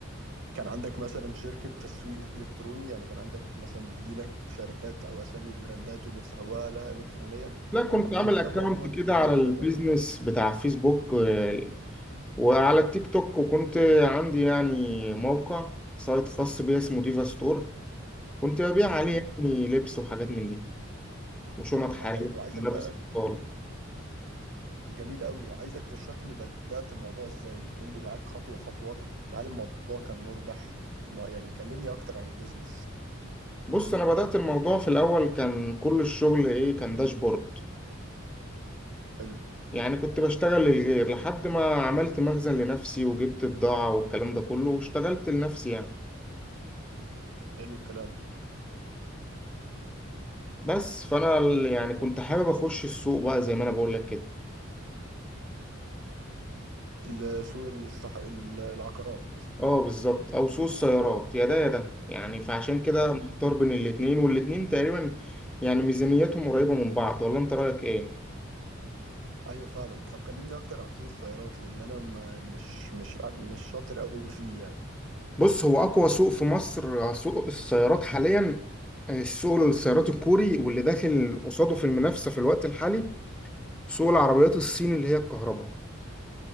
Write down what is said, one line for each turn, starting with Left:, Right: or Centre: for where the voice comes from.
Right: كان عندك مثلا شركة تسويق إلكتروني يعني كان عندك مثلا بتجيلك شركات أو أسامي براندات وبتسوق لها إلكترونيا
Centre: لا كنت
Right: أنا كنت
Centre: عامل
Right: مهتم
Centre: اكونت
Right: عموما
Centre: كده
Right: بالموضوع
Centre: على البيزنس
Right: ده
Centre: بتاع فيسبوك آه، وعلى التيك توك وكنت عندي يعني موقع سايت خاص بيا اسمه ديفا ستور كنت ببيع عليه
Right: حلو
Centre: يعني لبس وحاجات من دي وشنط حرير
Right: طب حلو عايزك
Centre: ملابس
Right: بقى
Centre: اطفال
Right: جميل قوي عايزك تشرح لي بدأت الموضوع إزاي وتقول لي معاك خطوة خطوة وهل الموضوع كان مربح الم- يعني كلمني أكتر عن البيزنس
Centre: بص انا بدأت الموضوع في الاول كان كل الشغل ايه كان داشبورد
Right: حلو
Centre: يعني كنت بشتغل للغير لحد ما عملت مخزن لنفسي وجبت بضاعة والكلام ده كله واشتغلت لنفسي يعني
Right: حلو الكلام
Centre: بس فانا ال- يعني كنت حابب اخش السوق بقى زي ما انا بقول لك كده
Right: السوق الصح... ال- العقارات
Centre: اه بالظبط او سوق السيارات يا ده يا ده يعني فعشان كده
Right: طب
Centre: محتار بين الاتنين والاتنين تقريبا يعني ميزانيتهم قريبة من بعض ولا انت رأيك ايه
Right: ايوه فعلا طب كلمني اكتر عن سوق السيارات لان انا ما مش مش مش شاطر قوي فيه يعني
Centre: بص هو اقوى سوق في مصر آه، سوق السيارات حاليا آه، السوق السيارات الكوري واللي داخل قصاده في المنافسة في الوقت الحالي سوق العربيات الصيني اللي هي الكهرباء